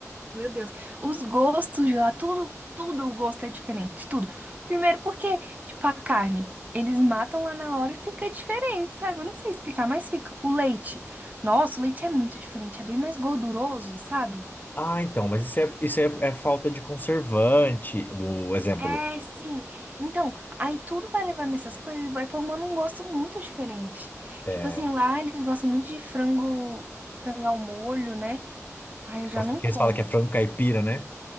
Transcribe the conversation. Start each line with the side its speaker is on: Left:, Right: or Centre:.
Right: Meu Deus. Os gostos de lá, tudo, tudo o gosto é diferente, tudo. Primeiro porque, tipo, a carne, eles matam lá na hora e fica diferente, sabe? Eu não sei explicar, mas fica. O leite. Nossa, o leite é muito diferente, é bem mais gorduroso, sabe?
Left: Ah, então, mas isso é, isso é, é falta de conservante. O exemplo.
Right: É, sim. Então, aí tudo vai levando essas coisas e vai formando um gosto muito diferente.
Left: é,
Right: Tipo assim, lá eles gostam muito de frango, frango ao molho, né? Ai, eu já
Left: Porque
Right: não como.
Left: eles falam que é frango caipira, né?